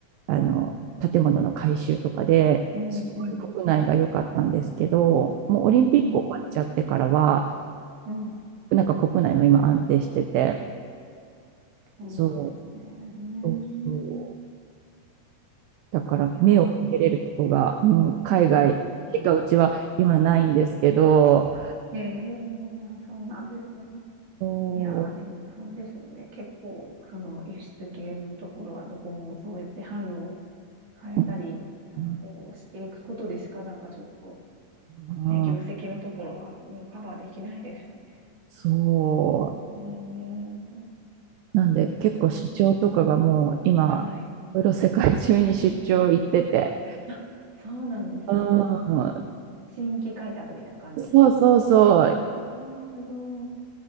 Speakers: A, on the right (about 80°); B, on the right (about 40°).
A: あの、建物の改修とかですごい国内が良かったんですけど、
B: うん、うん。うん、うん、
A: もうオリンピック終わっちゃってからは、
B: うん。うん
A: なんか国内も今安定してて、
B: そうなんですね。
A: そう、
B: うー
A: そうそう
B: ん。い
A: だから目を向けれるとこが、
B: やー、なんか、
A: うん、海外しかうちは今ないんですけど、
B: うん。へえ、そうなんですね。
A: そ
B: いやー、でもそうですよね。結構、その輸出系のところはどこもそうやって販路を変えたり、
A: うう
B: なんかこうしていくことでしかなんかちょっと、
A: んうん
B: ね、業績のところはもうカバーできないですよね。
A: そう。
B: うーん。
A: なんで結構社長とかがもう今、
B: いやー、はい。
A: いろいろ世界中に出張行ってて、
B: あ、そうなんですね。
A: うん、
B: うん、
A: あ、
B: 新規開拓みたいな感じですか。
A: そうそうそう。
B: うん、すごい。